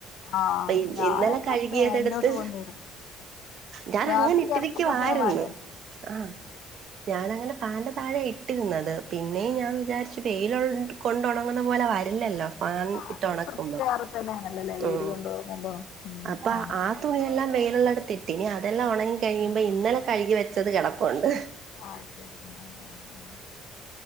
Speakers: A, on the left (about 65°); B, on the right (about 45°).
A: ആഹ്
B: പെയ്ജി
A: ഞാനൊക്കെ
B: ഇന്നലെ കഴുകിയതടുത്ത്
A: ഫാനിലോട്ട് കൊണ്ടിടും
B: ഞാൻ
A: രാത്രി
B: അങ്ങനെ.
A: കിടക്കുമ്പോ
B: ക്കുവാര്ന്ന്
A: ഫാൻ വേണ്ടേ
B: ആഹ് ഞാനങ്ങനെ ഫാന്റെ താഴെ ഇട്ടിരുന്നത് പിന്നേയും ഞാൻ വിചാരിച്ചു വെയില് കൊണ്ട് ഒണങ്ങന്ന പോലെ വരില്ലല്ലോ ഫാൻ ഇട്ട്
A: അതൊരു
B: ഉണക്കുമ്പോ
A: വേറെ തന്നെയാണല്ലോല്ലേ വെയില്
B: ഉം
A: കൊണ്ട് ഉറങ്ങുമ്പോ ഉം
B: അപ്പൊ
A: ഉം
B: ആ തുണിയെല്ലാം വെയിലൊള്ളടത്തിട്ട് ഇനി അതെല്ലാം ഒണങ്ങി കയിമ്പം
A: ആഹ്
B: ഇന്നലെ കഴുകി വെച്ചത് കെടപ്പോണ്ട്
A: ആഹ് ശരി ആഹ ആഹ ആഹ